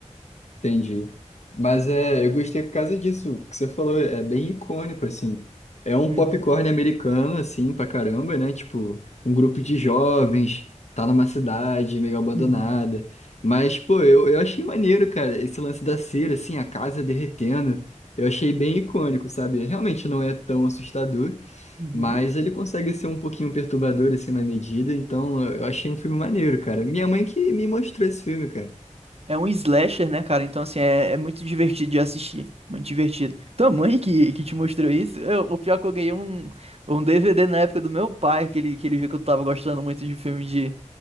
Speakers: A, on the left; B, on the right.
A: Entendi. Mas é, eu gostei por causa disso O que você falou, é bem icônico, assim. É um
B: Uhum,
A: popcorn americano, assim, pra caramba, né? Tipo, um grupo de jovens, tá numa cidade meio abandonada.
B: uhum,
A: Mas, pô, eu, eu achei maneiro, cara, esse lance da cera, assim, a casa derretendo. Eu achei bem icônico, sabe? Realmente não é tão assustador,
B: uhum.
A: mas ele consegue ser um pouquinho perturbador, assim, na medida. Então, eu achei um filme maneiro, cara. Minha mãe que me mostrou esse filme, cara.
B: É um slasher, né, cara? Então, assim, é, é muito divertido de assistir. Muito divertido. Tua mãe que, que te mostrou isso? Eu- o pior é que eu ganhei um, um DVD na época do meu pai, que ele, que ele viu que eu tava gostando muito de filme de,